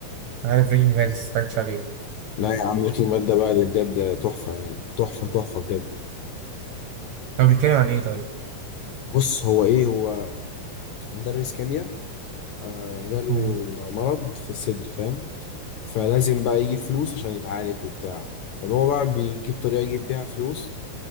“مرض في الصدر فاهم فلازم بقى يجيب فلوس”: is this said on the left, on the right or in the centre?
Left